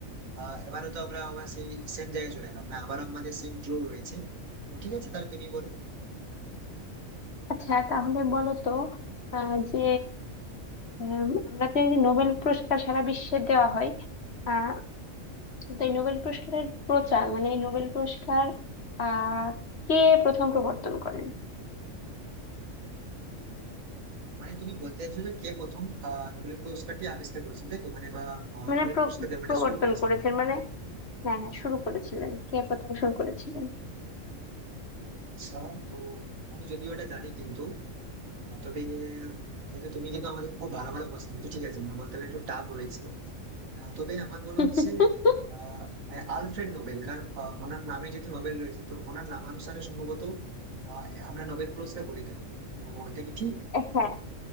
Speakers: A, on the right; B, on the left.
A: আহ, এবারও তো আমরা আবার সেই সেম জায়গায় চলে এলাম না আবারও আমাদের সেই ড্র রয়েছে তো ঠিক আছে তাহলে তুমি বলো
B: আচ্ছা তাহলে বলো তো আহ, যে উম, আমরা যে এই নোবেল পুরস্কার সারা বিশ্বে দেওয়া হয় আহ, তো এই নোবেল পুরস্কারের প্রচার মানে এই নোবেল পুরস্কার আহ কে প্রথম প্রবর্তন করেন
A: মানে তুমি বলতে চাইছো যে কে প্রথম আহ, নোবেল পুরস্কারটি আবিষ্কার করেছেন তাই তো মানে বা আহ,
B: মানে
A: নোবেল
B: প্র-
A: পুরস্কার দেওয়াটা
B: প্রবর্তন
A: শুরু করেছেন
B: করেছেন মানে হ্যাঁ হ্যাঁ শুরু করেছিলেন কে প্রথম শুরু করেছিলেন
A: আচ্ছা তো আমি যদিও এটা জানি কিন্তু আহ, তবে যেহেতু তুমি কিন্তু আমাদের খুব ভালো ভালো কোশ্চেন ঠিক আছে মানে বলতে পারি একটু টাফ রয়েছে আহ, তবে আমার মনে
B: <laughs>
A: হচ্ছে আহ আহ, আলফ্রেড নোবেল কারণ আহ, ওনার নামে যেহেতু নোবেল রয়েছে তো ওনার নামানুসারে সম্ভবত আহ, আমরা নোবেল পুরস্কার বলি থাকি তো এটা কি ঠিক
B: হ্যাঁ
A: আহ,